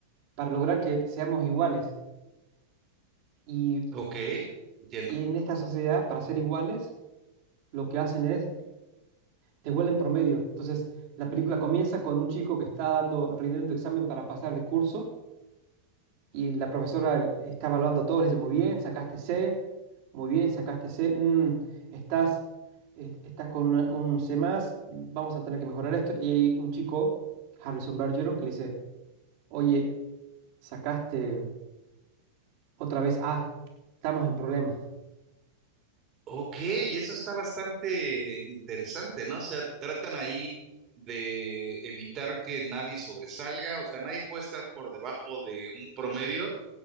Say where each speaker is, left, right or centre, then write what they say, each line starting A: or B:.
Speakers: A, on the right; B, on the right.
A: para lograr que seamos iguales. Y
B: ok, entiendo.
A: Y en esta sociedad, para ser iguales, lo que hacen es te vuelven promedio. Entonces, la película comienza con un chico que está dando, rindiendo examen para pasar de curso y la profesora está evaluando a todos, le dice, muy bien, sacaste C, muy bien, sacaste C, mm, estás, eh, estás con una- un C más, vamos a tener que mejorar esto. Y hay un chico, Harrison Bergeron, que le dice, oye, sacaste otra vez A, estamos en problemas.
B: Ok, y eso está bastante interesante, ¿no? O sea, tratan ahí de evitar que nadie sobresalga, o sea, nadie puede estar por debajo de un promedio